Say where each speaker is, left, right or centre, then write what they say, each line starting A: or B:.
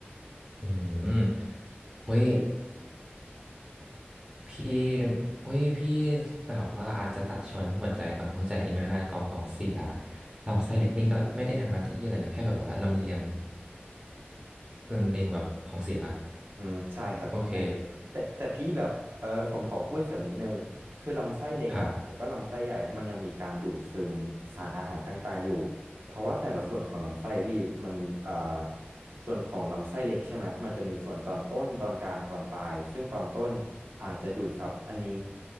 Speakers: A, on the right (about 20°); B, on the right (about 75°).
A: อืมโอ้ยพี่โอุ้ยพี่แบบว่าอาจจะตัดช้อยหัวใจก่อนเพราะหัวใจนี่ไม่น่ากองของเสียลำไส้เล็กนี่ก็ไม่ได้ทำหน้าที่อะไรนะแค่แบบว่าลำเลียงลำเลียงแบบของเสีย
B: อืมใช่ครับใช่ครับแต่แต่พี่แบบเออผมขอพูดเสริมนิดนึงคือลำไส้เล็กอ่ะแล้วก็ลำไส้ใหญ่อะมันยังมีการดูดซึมสารอาหารต่างๆอยู่
A: โอเคครับ
B: เพราะว่าแต่ละส่วนของลำไส้พี่มันอ่าส่วนของลำไส้เล็กใช่ไหมมันจะมีส่วนตอนต้นตอนกลางตอนปลายซึ่งตอนต้นอาจจะดูดซับอันนี้